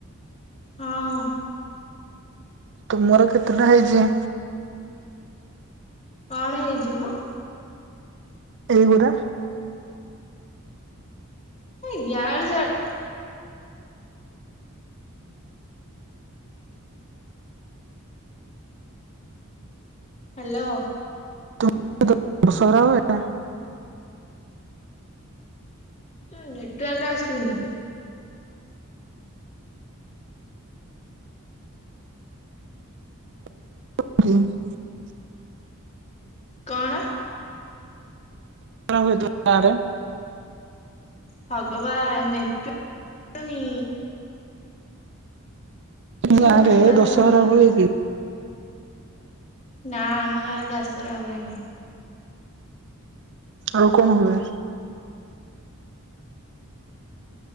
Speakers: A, on the left; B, on the right.
A: ହଁ
B: ତୁମର କେତେଟା ହେଇଛି
A: କଣ ହେଇଯିବ?
B: ଏଇଗୁଡା
A: ହଁ ଇଆଡୁ ସିଆଡୁ ହ୍ୟାଲୋ
B: ତୁ ଦଶହରା ଆଉ ଏଇଟା
A: ତୋ ନେଟୱାର୍କ ଆସୁନି।
B: <unintelligible>
A: କଣ?
B: <unintelligible> ଗାଁରେ
A: ଭଗବାନ ନେଟୁ <unintelligible> ନି।
B: ତମ ଗାଁରେ
A: ମତେ ଶୁଣା
B: ଦଶହରା
A: ଯାଉନି ଭଲରେ
B: ହୁଏ କି?
A: ନା ଆମ ଗାଁରେ ଦସହରା ହୁଏନି।
B: ଆଉ କଣ ହୁଏ?